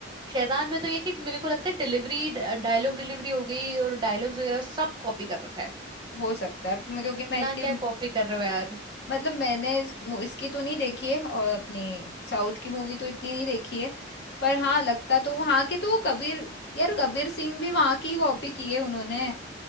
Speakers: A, on the right; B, on the left.
A: शैतान में तो ये कि मेरे को लगता है डिलीवरी डायलॉग डिलीवरी हो गई और डायलॉग्स वगैरह सब कॉपी कर रखा है
B: हो सकता है मैं- क्योंकि
A: इतना
B: मैं इतनी
A: क्या कॉपी कर रहे हो यार
B: मतलब मैंने इस- मु- इसकी तो नहीं देखी है और अपनी साउथ की मूवी तो इतनी
A: हम्म,
B: नहीं देखी
A: हम्म,
B: है
A: हम्म।
B: पर हाँ लगता तो वहाँ के तो वो कबीर यार कबीर सिंह भी वहाँ की कॉपी की है उन्होंने